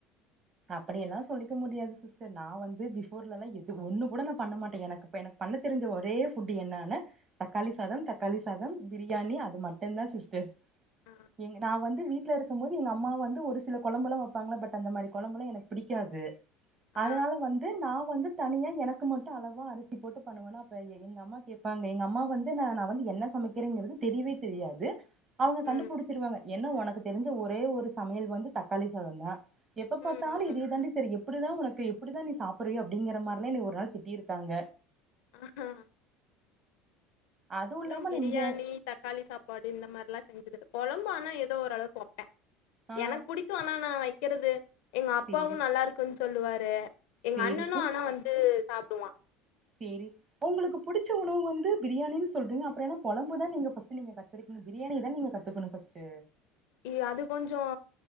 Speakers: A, on the right; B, on the left.
A: அப்படியெல்லா சொல்லிக்க முடியாது சிஸ்டர் நா வந்து பிஃபோர் லலா எது ஒண்ணு கூட நா பண்ண மாட்டே எனக் அப்ப எனக் பண்ண தெரி்ஞ்ச ஒரே ஃபுட்டு என்னான்னு தக்காளி சாதம் தக்காளி சாதம் பிரியாணி அது மட்டுந்தா சிஸ்டர்
B: ஆ
A: எங் நா வந்து வீட்ல இரக்கும் போது எங்க அம்மா வந்து ஒரு சில கொழம்பல்லா வப்பாங்களா பட் அந்த மாரி கொழம்புல்லா எனக் பிடிக்காது
B: ஆ
A: அதனால வந்து நா வந்து தனியா எனக்கு மட்டு அளவா அரிசி போட்டு பண்ணுவனா அப்ப என் எங்க அம்மா கேப்பாங்க எங்க அம்மா வந்து நா நா வந்து என்ன சமைக்கிறேங்கறது தெரியவே தெரியாது அவுங்க கண்டுபிடித்துருவாங்க
B: ம்
A: ஏன்னா எனக்கு தெரிஞ்ச ஒரே ஒரு சமையல் வந்து தக்காளி சாதந்தா எப்ப
B: ம்
A: பாத்தாலு இதே
B: ம்
A: தாண்டி செய்ர எப்பிடிதா உனக்கு எப்டிதா நீ சாப்றயோ அப்டிங்கிற மார் லா என்னய ஒரு நாள் திட்டிருக்காங்க
B: ஆஹா
A: அதுவு
B: இன்னும்
A: இல்லாம
B: பிரியாணி
A: நா இங்க
B: த தக்காளி சாப்பாடு இந்த மார்லா <unintelligible> கொழம்பு ஆனா ஏதோ ஒரளவுக் வப்பே
A: ஆ
B: எனக் புடி புடிக்கும் ஆனா நான் வைக்கறது எங்க அப்பாவு
A: சேரி
B: நல்லா இருக்குன்னு சொல்லுவாரு எங்க
A: சேரி
B: அண்ணனு ஆனா வந்து சாப்டுவா
A: சரி உங்களுக்கு புடிச்ச உணவு வந்து பிரியாணின்னு சொல்றீங்க அப்புறம் என்ன கொழம்பு தா நீங்க பஸ்ட் நீங்க கத்துருக்கீங்க பிரியாணிய தா நீங்க த்துகணு பஸ்ட்டு
B: இ அது கொஞ்சம்